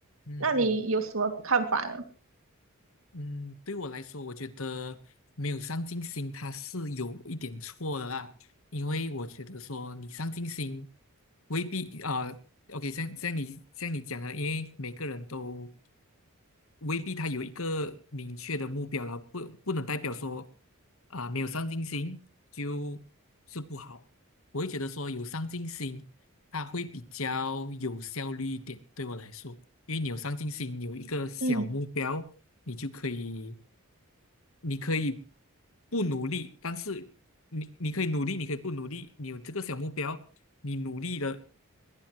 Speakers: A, on the left; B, on the right.
A: 嗯嗯
B: 那你有什么看法呢？
A: 嗯，对我来说，我觉得没有上进心，他是有一点错的啦，因为我觉得说你上进心未必啊，OK，像像你像你讲的，因为每个人都未必他有一个明确的目标了，不不能代表说啊、没有上进心就是不好。我会觉得说有上进心，他会比较有效率一点，对我来说，因为你有上进心，你有一个小目标，
B: 嗯。
A: 你就可以，你可以不努力，但是你你可以努力，你可以不努力，你有这个小目标，你努力了，